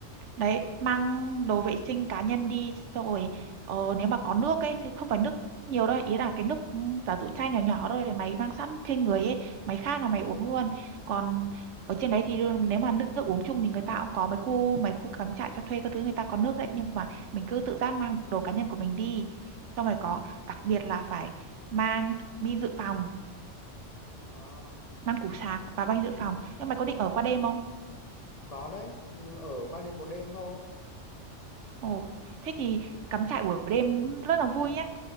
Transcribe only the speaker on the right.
đấy mang đồ vệ sinh cá nhân đi xong rồi ờ, nếu mà có nước ấy chứ không phải nước nhiều đâu ý là cái nước ừ, giả dụ chai nhỏ nhỏ thôi mày mang sẵn trên người ấy mày khát là mày uống luôn còn ở trên đấy thì đương- nếu mà nước, nước uống chung thì người ta cũng có mấy khu mấy khu cắm trại cho thuê các thứ người ta có nước đấy nhưng mà mình cứ tự giác mang đồ cá nhân của mình đi xong rồi có đặc biệt là phải mang pin dự phòng
mang củ sạc và banh dự phòng nhưng mày có định ở qua đêm không
ồ thế thì cắm trại buổi đêm rất là vui nhá.